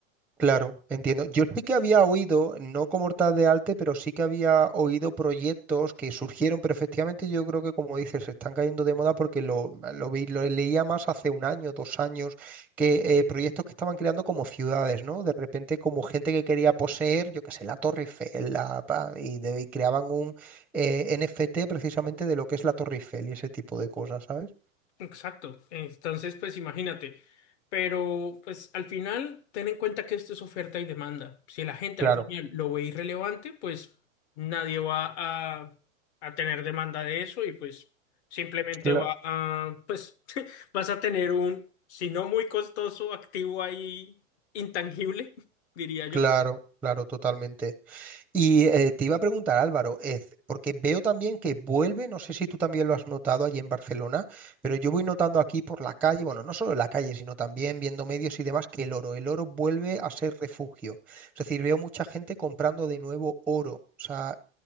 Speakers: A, in the centre; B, on the left.
A: Claro, entiendo. Yo sí que había oído, no como tal de arte, pero sí que había oído proyectos que surgieron, pero efectivamente yo creo que como dices, se están cayendo de moda porque lo, ah, lo vi, lo leía más hace un año, dos años, que eh, proyectos que estaban creando como ciudades, ¿no? De repente como gente que quería poseer, yo qué sé, la Torre Eiffel, la, pa, y, de- y creaban un eh, NFT precisamente de lo que es la Torre Eiffel y ese tipo de cosas, ¿sabes?
B: Exacto. Entonces, pues imagínate. Pero, pues al final, ten en cuenta que esto es oferta y demanda. Si la gente
A: Claro,
B: al final lo ve irrelevante, pues nadie va a, a tener demanda de eso y pues simplemente
A: claro.
B: va a, pues <laughs> vas a tener un, si no muy costoso, activo ahí intangible, <laughs> diría yo.
A: Claro, claro, totalmente. Y eh, te iba a preguntar, Álvaro, es- porque veo también que vuelve, no sé si tú también lo has notado allí en Barcelona, pero yo voy notando aquí por la calle, bueno, no solo en la calle, sino también viendo medios y demás, que el oro, el oro vuelve a ser refugio. Es decir, veo mucha gente comprando de nuevo oro. O sea,